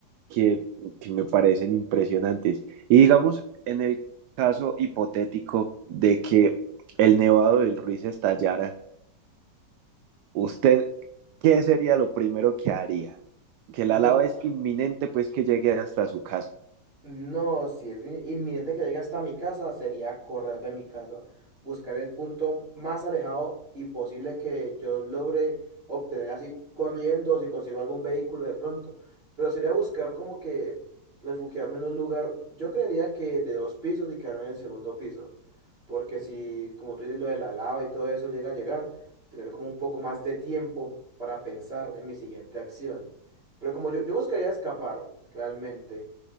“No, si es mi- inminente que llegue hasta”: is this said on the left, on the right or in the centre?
Right